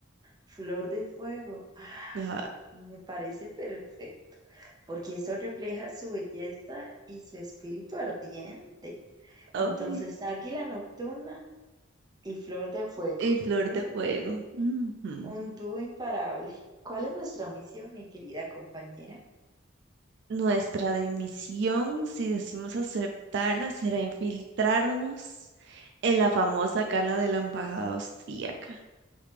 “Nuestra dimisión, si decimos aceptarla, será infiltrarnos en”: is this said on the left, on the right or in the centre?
Right